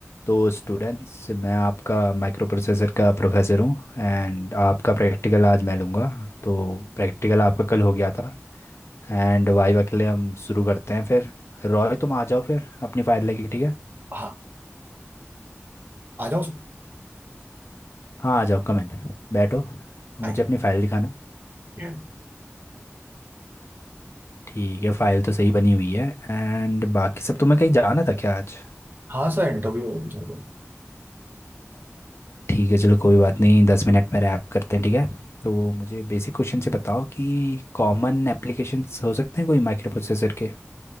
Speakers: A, on the left (about 60°); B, on the right (about 45°).
A: तो स्टूडेंट्स मैं आपका माइक्रो प्रोसेसर का प्रोफेसर हूँ एंड आपका प्रैक्टिकल आज मैं लूँगा तो प्रैक्टिकल आपका कल हो गया था एंड वाइवा के लिए हम शुरू करते हैं फिर रॉय तुम आ जाओ फिर अपनी फ़ाइल लेके ठीक है
B: हाँ आ जाओ सर
A: हाँ आ जाओ कम इन बैठो मुझे
B: Thank you
A: अपनी फ़ाइल दिखाना
B: Yeah.
A: ठीक है फ़ाइल तो सही बनी हुई है एंड बाकी सब तुम्हें कहीं जाना था क्या आज
B: हाँ सर इंटरव्यू होगी थोड़ी देर।
A: ठीक है चलो कोई बात नहीं दस मिनट में रैप करते हैं ठीक है तो मुझे बेसिक क्वेश्चन से बताओ कि कॉमन एप्लीकेशंस हो सकते हैं कोई माइक्रो प्रोसेसर के